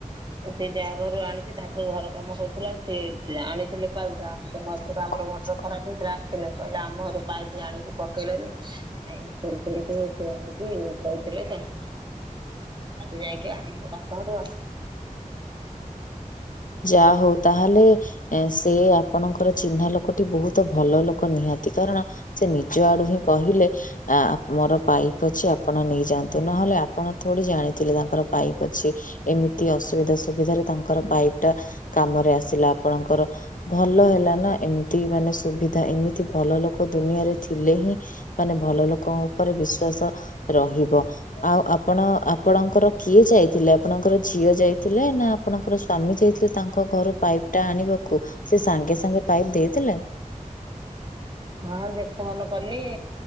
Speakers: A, on the right; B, on the left.
A: ସିଏ ଯାହା ଘରୁ ଆଣି ସେତାଙ୍କର ଘର କାମ ହଉଥିଲା ସିଏ ଆଣିଥିଲେ ପାଇପିଟା ସେମଝିରେ
B: ପୁରା
A: ଆମର ମଟର ଖରାପ୍ ହେଇଥାଲା ଅସିଥିଲେ। କହିଲେ ଆମ ଘରୁ ପାଇପି ଆଣିକି ପକେଇଲେନି ଆଜ୍ଞା ସେଇ ସେଇ <unintelligible> କହିଥିଲତ। ଆଜି ଯାଇକି ଆଣିଲୁ ତାଙ୍କ ଘଟୁ ଆଉ।
B: ଯାହା ହଉ ତାହେଲେ ଏ ସେ ଆପଣଙ୍କର ଚିହ୍ନା ଲୋକଟି ବହୁତ୍ ଭଲ ଲୋକ ନିହାତି କାରଣ ସେ ନିଜ ଆଡ଼ୁହିଁ କହିଲେ ଆ ମୋର ପାଇପି ଅଛି ଆପଣ ନେଇଯାଆନ୍ତୁ ନହେଲେ ଆପଣ ଥୋଡ଼ି ଜାଣିଥିଲେ ତାଙ୍କର ପାଇପି ଅଛି ଏମିତି ଅସୁବିଧା ସୁବିଧାରେ ତାଙ୍କର ପାଇପ୍ ଟା କାମରେ ଆସିଲା ଆପଣଙ୍କର। ଭଲ ହେଲାନା ଏମିତି ମାନେ ସୁବିଧା ଏମିତି ଭଲ ଲୋକ ଦୁନିଆରେ ଥିଲେହିଁ ମାନେ ଭଲ ଲୋକଙ୍କ ଉପରେ ବିଶ୍ଵାସ ରହିବ ଆଉ ଆପଣ ଆପଣଙ୍କର କିଏ ଯାଇଥିଲେ ଆପଣଙ୍କର ଝିଅ ଯାଇଥିଲେ ନା ଆପଣଙ୍କର ସ୍ଵାମୀ ଯାଇ ସେ ତାଙ୍କ ଘରୁ ପାଇପିଟା ଆଣିବାକୁ ସେସାଙ୍ଗେ ସାଙ୍ଗେ ପାଇପି ଦେଇଦେଲେ?
A: ହଁ <unintelligible> କଲି